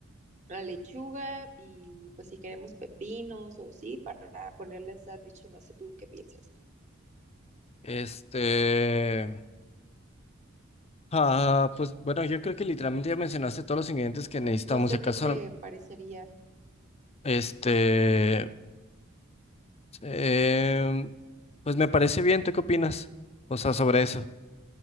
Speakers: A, on the right (about 35°); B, on the left (about 30°).
A: la lechuga y pues si queremos pepinos o sí, para ponerle el sándwich, o no sé tú qué piensas.
B: Este, Ah, pues bueno, yo creo que literalmente ya mencionaste todos los ingredientes que necesitamos.
A: No sé
B: Si acaso,
A: qué te parecería,
B: este, em, pues me parece bien. ¿Tú qué opinas? O sea, sobre eso.